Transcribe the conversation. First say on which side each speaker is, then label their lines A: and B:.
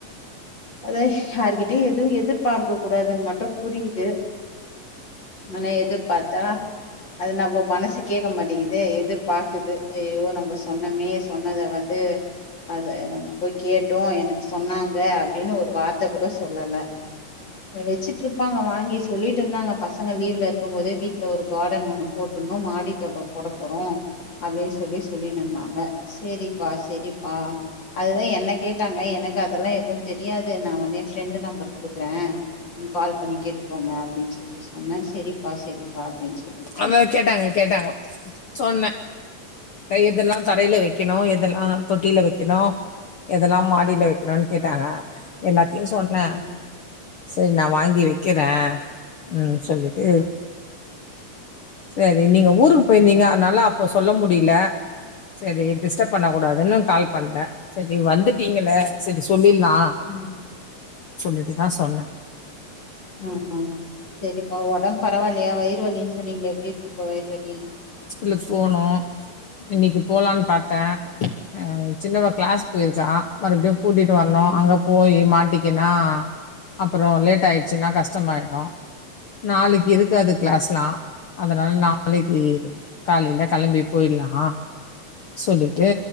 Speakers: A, on the left; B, on the left.
A: அதான் யாருகிட்டயும் எதுவும் எதிர்பார்க்க கூடாதுன்னு மட்டும் புரியுது ஆனா எதிர்பார்த்தா அது நம்ம மனசு கேட்க மாட்டேங்குது எது பார்க்குது ஐயோ நம்ம சொன்னமே சொன்னதை வந்து து அத போய் கேட்டோ எனக்கு சொன்னாங்க அப்படின்னு ஒரு வார்த்தை கூட சொல்லல வச்சிட்டு இருப்பாங்க வாங்கி சொல்லிட்டு இருந்தாங்க பசங்க லீவ்ல இருக் பார்க்கும் போது வீட்ல ஒரு கார்டன் ஒண்ணு போட்டுணும் மாடி தோட்டம் போட போறோம் அப்படின்னு சொல்லி சொல்லின்னு இருந்தாங்க சரிப்பா சரிப்பா அதுதான் என் என்ன கேட்டாங்க எனக்கு அதெல்லா எதுவும் தெரியாது நான் வந்து என் ஃப்ரெண்ட் நம்பர் குடுக்குறேன் நீங்க கால் பண்ணி கேட்டுக்கோங்க அப்படின்னு சொல்லி சொன்னேன் சரிப்பா சரிப்பா அப்படின்னு சொ
B: அததான் கேட்டாங்க கேட்டாங்க சொன்னே எதல்லா தரையில வைக்கணு எதெல்லா தொட்டில வைக்கணும் எதெல்லா மாடியில வைக்கணும்னு கேட்டாங்க என்ன சொன்னேன்
A: ம்
B: சரி நான் வாங்கி வைக்கிறேன் ம் சொல்லிட்டு சரி நீங்க ஊருக்கு போயிருந்தீங்க அதனால அப்ப சொல்ல முடியல சரி டிஸ்டர்ப்
A: ம்
B: பண்ண கூடாதுன்னு கால் பண்ேன் சரி வந்துட்டீங்கள சரி சொல்லிலா
A: ம்
B: சொல்லிட்டுதான் சொன்ன
A: ம் ம் சரிப்பா உடம்பு பரவாயில்யா வயிறு வலின்னு ன்னீங்கள எப்படி இருக்கு இப்ப வைரூவலி
B: ளுக்கு போனும் இன்னைக்கு போலான்னு பாரத்தே ஆ சின்னவ கிளாஸ் போயிருக்கா மறுபடியும் கூட்டிட்டு வரணோும்
A: ம்
B: அங்க போய் மாட்ட ட்டிக்குன்னா அப்புறம் லேட் ஆயிடுச்சுன்னா கஷ்டமாயிடு நாளைக்கு இருக்காது கிளாஸ்லா அதனால நாளைக்கு காலையில கிளம்பி போயிடலா சொல்லிட்டு